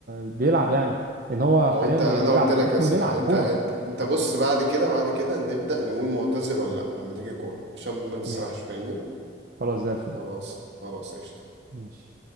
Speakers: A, on the right (about 50°); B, on the right (about 70°).
A: بيلعب يعني ان هو
B: او
A: حاليا
B: انت
A: بي-
B: انا
A: بيلعب
B: قلت لك
A: المفروض
B: يا اسطى
A: كان بيلعب
B: انت
A: كوره
B: انت انت بص بعد كده بعد كده نبدا نقول معتذر ولا لا لما تيجي الكوره عشان ما نسرحش
A: ماشي
B: فاهمني
A: خلاص زي الفل
B: خلاص خلاص قشطه
A: ماشي